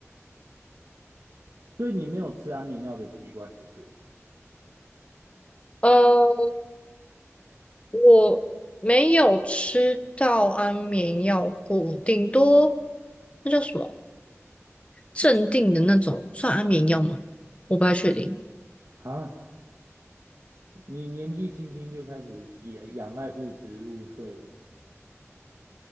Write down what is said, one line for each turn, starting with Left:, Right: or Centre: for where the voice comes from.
Right: 所以你没有吃安眠药的习惯就是了
Left: 呃，我没有吃到安眠药过，顶多那叫什么镇定的那种，算安眠药吗？我不太确定。
Right: 啊。你年纪轻轻就开始也仰赖物质入睡了。